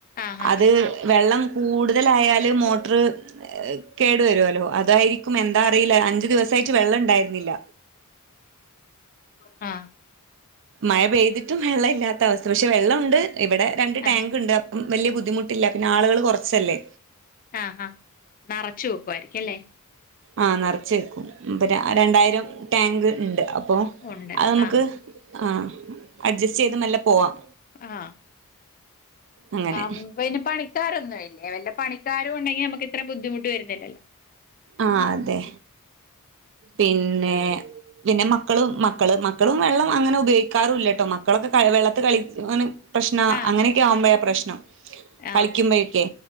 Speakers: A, on the left; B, on the right.
A: ആഹ് ആഹ്
B: അത് വെള്ളം കൂടുതലായാല് മോട്ടർ കേടു വരോല്ലോ അതായിരിക്കും എന്താ അറിയില്ല അഞ്ചു ദിവസ- യിട്ട് വെള്ളണ്ടായിര് ഇല്ല
A: ആ
B: മഴ പെയ്തിട്ടും വെള്ള ഇല്ലാത്ത അവസ്ഥ പക്ഷെ വെള്ളം ഉണ്ട് ഇവിടെ രണ്ട്
A: ആഹ്
B: ടാങ്ക് ഇണ്ട് അ വലിയ ബുദ്ധിമുട്ടില്ല പിന്നെ ആളുകള് കുറച്ചല്ലേ
A: ആ ഹാ നറച്ചു വെക്കുവാരിക്കും ല്ലേ.
B: ആ നറച്ച്യ്ക്കും ഉം പറ്റേ രണ്ടായിരം ടാങ്ക് ഇണ്ട് അ പ്പോ
A: ഉണ്ട്
B: അത് മ്ക്ക്
A: ആഹ്
B: ആഹ് അഡ്ജസ്റ്റീത് മെല്ലെ പോവാം
A: ആ
B: അങ്ങനെ
A: ആമ് പിന്നെ പണിക്കാരൊന്നു വല്ല പണിക്കാരും ഉണ്ടങ്കെ നമ്മുക്ക് ഇത്ര ബുദ്ധിമുട്ട് വരുന്നില്ലല്ലോ
B: ആ അതെ പിന്നെ പിന്നെ മക്കള് മക്കള് മക്കളും വെള്ളം അങ്ങനെ ഉപയോഗിക്കാറുല്ലട്ടോ മക്കളൊക്കെ ക വെള്ളത്തികളി ഇങ്ങന് പ്രശ്‌നാ
A: ആഹ്
B: അങ്ങനക്കെ ആവുമ്പഴാ പ്രശ്‌നം കളിക്കുമ്പഴക്കെ
A: ആഹ്